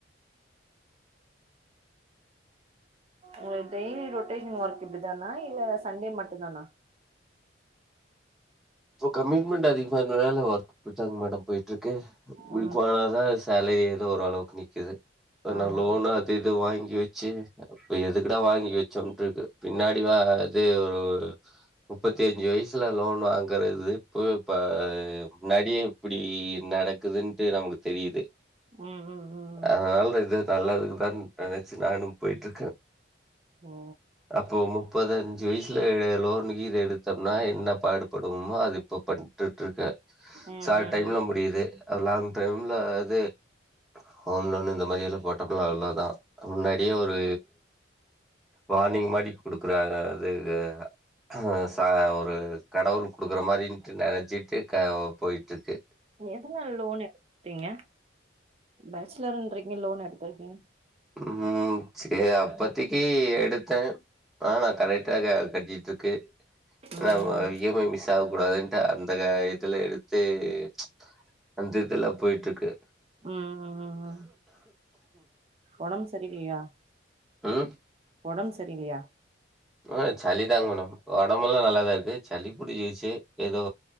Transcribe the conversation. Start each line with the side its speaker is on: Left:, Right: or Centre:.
Right: உங்க டெய்லி ரொட்டேஷன் ஒர்க் இப்படி தானா இல்ல சண்டே மட்டுந் தானா
Centre: தோ கமிட்டமெண்ட் அதிகமாருதனால அப்படித்தாங்க மேடம் போயிட்ருக்கு <unintelligible>
Right: ம்
Centre: சேலரி ஏதோ ஓரளவுக்கு நிக்குது
Right: ஆமா
Centre: நா லோனு அது இது வாங்கி வச்சு எதுக்குட வாங்கி வச்சோம்ட்ருக்கு பின்னாடி வா அது ஒரு முப்பத்தஞ்சு வயசுல லோன் வாங்க இருக்கது இப்போ இப்ப நடி இப்படி நடக்குதுன்ட்டு நமக்கு தெரியுது
Right: ம் ம் ம்
Centre: அதனால இது நல்லதுக்குதான் நனச்சு நானும் போயிட்ருக்கே
Right: ஓ
Centre: அப்போ முப்பதஞ்சு வயசுல லோனு கீது எடுத்தோம்னா என்ன பாடு ப்படுமா அது இப்ப பண் ட்டு இருக்கேன்
Right: ம்
Centre: சார்
Right: ம்
Centre: டைம்லா முடியுது லாங் டைம்ல அது ஹோம் லோன் இந்த மாரி எல்லா போட்டப்பலா அவ்ளோதா முன்னாடியே ஒரு வானிங் மாறி கொடுக்குற அது அ ச ஒரு கடவுள் குடுக்குற மாதிரின்ட்டு நெனச்சிட்டு க போய்ட்டுருக்கு
Right: நீங்க எதனால லோன் எடுத்தீங்க பேஜ்சலர்ன்றீங்க லோன் எடுத்திருக்கீங்க
Centre: ம் செரி அப்பத்தக்கி எடுத்தே ஆன கரெக்டாக கட்டிட்டுருக்க- இருக்கு
Right: ம்
Centre: இ எம் ஐ மிஸ் ஆகக் கூடாதுன்ட்டு அந்த இதுல எடுத்தே ச்ஸஅந்த இதல போய்ட்ருக்கு
Right: ம் ம் ம் ம் ஒடம்பு சரீலையா
Centre: ம்
Right: ஒடம்பு சரீலையா
Centre: உம் சளி தாங்க மேடம் ஒடம்புலா நல்லாதா இருக்கு சளிபுடிச்சிச்சி ஏதோ